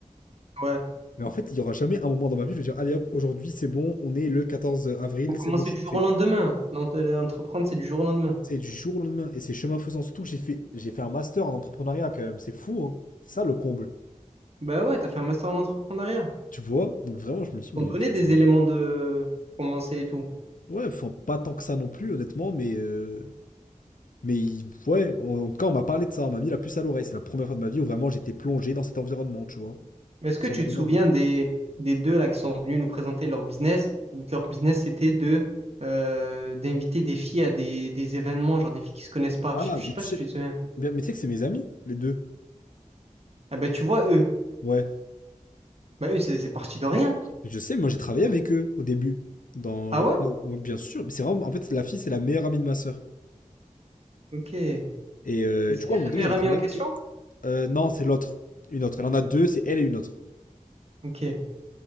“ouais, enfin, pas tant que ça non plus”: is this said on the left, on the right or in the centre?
Left